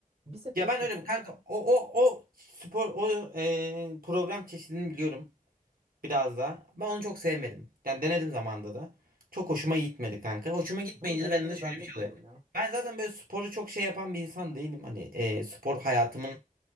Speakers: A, on the right; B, on the right.
A: Bir set
B: Ya
A: beş
B: ben
A: tekrar.
B: öyle bir kanka o o o spor o e, program çeşidini biliyorum biraz da. Ben onu çok sevmedim. Yani denedim zamanda da. Çok hoşuma gitmedi kanka. Hoşuma gitmeyince
A: Bunu denediğini
B: de bende de şöyle
A: zannetmiyorum
B: bir şey oluyor.
A: ya.
B: Ben zaten böyle sporu çok şey yapan bir insan değilim. Hani e, spor hayatımın